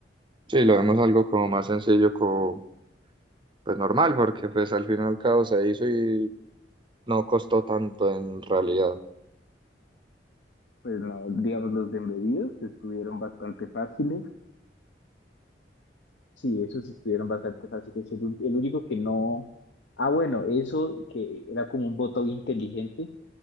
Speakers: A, on the right; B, on the left.
A: Sí, lo vemos algo como más sencillo, como pues normal, porque pues al fin y al cabo se hizo y no costó tanto en realidad.
B: Pues no, digamos, los de embebidos estuvieron bastante fáciles Sí, esos estuvieron bastante fáciles. El, ú- el único que no. Ah, bueno, eso que era como un botón inteligente,